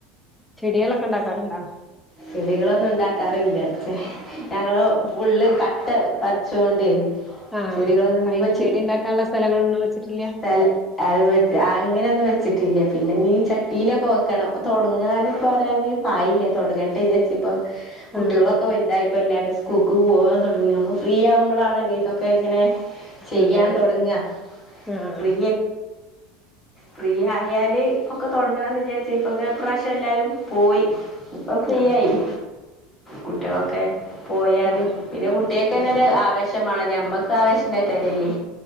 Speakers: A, in the centre; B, on the left (about 30°).
A: ചെടികളൊക്കെ ഇണ്ടാക്കാറുണ്ടോ
B: ചെടികളൊന്നും ഇണ്ടാക്കാ റില്ല ഞങ്ങളും ഫുള്ള് കട്ട് പച്ചോണ്ടെ
A: ആഹ്
B: ചെടികളൊന്നുംനി
A: അപ്പ അയിന്
B: വെച്ചി
A: ചെടി ഉണ്ടാക്കാനുള്ള സ്ഥലങ്ങളൊന്നും വെച്ചിട്ടില്ല
B: സ്ഥല അത് അങ്ങനൊനും വെച്ചിട്ടില്ല പിന്നെ മീ ചട്ടിലും വെക്കണം തുടങ്ങാനും പറയാനും ആയില്ല തുടങ്ങട്ടെ വിചാരിച്ചപ്പോ കുട്ടികളൊക്കെ
A: ആഹ്
B: വലുതായി ഇപ്പൊ എല്ലാരും സ്കൂക്കു പോകാൻ തുടങ്ങി നമൾ ഫ്രീ ആവുമ്പളാണല്ല ഇതൊക്കെ ഇങ്ങനെ ചെയ്യാൻ
A: അതെ അതെ
B: തൊടങ്ങ
A: ആഹ്
B: ഫ്രീ ഫ്രി ആയാല് ഒക്കെ തുടങ്ങണന്ന് വിചാരി <unintelligible> ഇപ്രാവശ്യം എല്ലാരും പോയി ഇപ്പം ഫ്രീയായി
A: ആഹ്
B: കുട്ടികളൊക്കെ പോയാലും
A: ആഹ്
B: പിന്നെ കുട്ടികക്ക് തന്നെ
A: ഉം
B: ഒരു ആവേശ മാണ് ഞമ്മക്ക് ആവശ്യണ്ടായിട്ട് അറില്ലേ